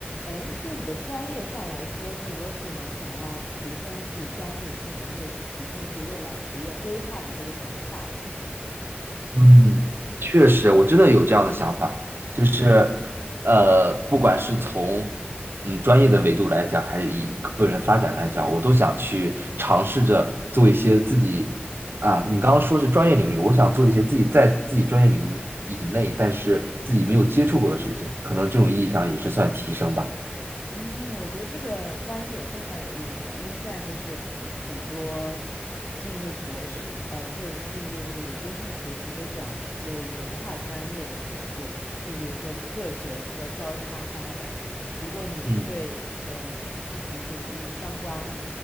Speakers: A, on the left; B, on the right.
A: 哎，就你的专业上来说，你有没有什么想要提升自己专业性能，或者是提升自己未来职业规划的这个想法呀？
B: 嗯，确实，我真的有这样的想法，就是，呃，不管是从嗯专业的维度来讲，还是以个人发展来讲，我都想去尝试着做一些自己啊，你刚刚说是专业领域，我想做一些自己在自己专业领域以内，但是自己没有接触过的事情，可能这种意义上也是算提升吧。
A: 嗯，我觉得这个观点非常有意思啊，因为现在就是很多进入博士，呃，或者是进入那个研究生的学习，都讲究一个跨专业的合作，就比如说各学科交叉发展。如果你对呃自己领域相关
B: 嗯。